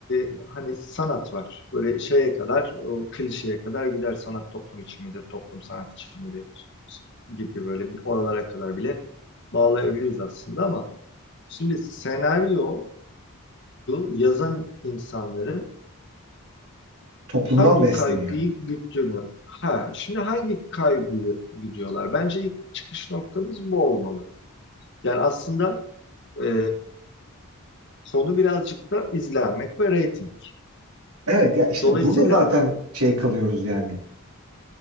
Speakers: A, on the left; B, on the right.
A: e, hani sanat var. Böyle şeye kadar, o klişeye kadar gider sanat toplum için midir, toplum sanat için midir gibi böyle oralara kadar bile bağlayabiliriz aslında ama şimdi senaryoyu yazan insanların
B: Toplumdan
A: hangi
B: besleniyorum.
A: kaygıyı güttüğünü, ha şimdi hangi kaygıyı güdüyorlar? Bence ilk çıkış noktamız bu olmalı. Yani aslında e, konu birazcık da izlenmek ve reyting.
B: Evet ya işte
A: Dolayısıyla
B: burada zaten şey kalıyoruz yani.